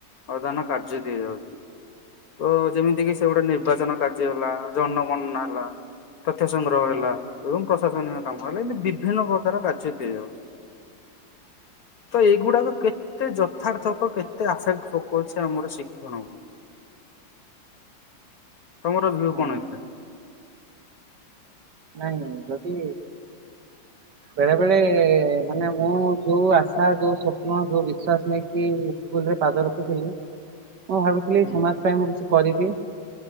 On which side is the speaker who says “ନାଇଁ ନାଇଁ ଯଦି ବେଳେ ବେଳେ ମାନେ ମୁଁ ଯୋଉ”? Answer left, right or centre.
Right